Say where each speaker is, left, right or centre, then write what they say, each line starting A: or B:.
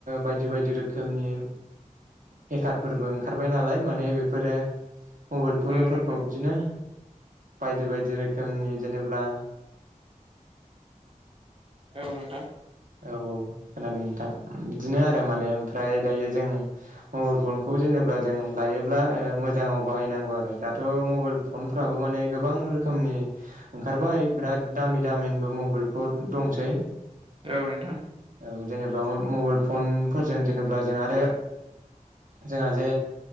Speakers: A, on the right; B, on the right.
A: बायदि बायदि रोखोम नि हेकारफोरबो ओंखारबाय नालाय माने बेफोरो मबाइल फनफोरखौ
B: औ नोंथां
A: बिदिनो बायदि बायदि रोखोमनि जेनेब्ला
B: औ नोंथां
A: औ औ खोनादों नोंथां बिदिनो आरो माने ओमफ्राय दायो जों मबाइल फनखौ जेन होनोब्ला जों लायोब्ला मोजाङाव बाहायनांगौ आरो दाथ' मबाइल फनफ्राबो माने गोबां रोखोम नि ओंखारबाय बिराद दामि दामिनिबो मबेल पद दंसै।
B: औ नोंथां
A: औ जेनेबा अ मबाइल फनफोरजों जेनेबा जों आरो जोंहा जे